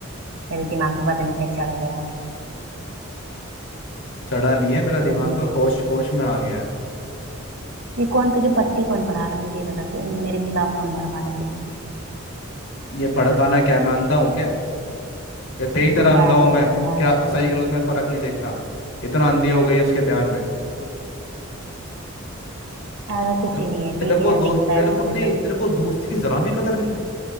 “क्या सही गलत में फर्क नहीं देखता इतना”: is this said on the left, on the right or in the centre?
Left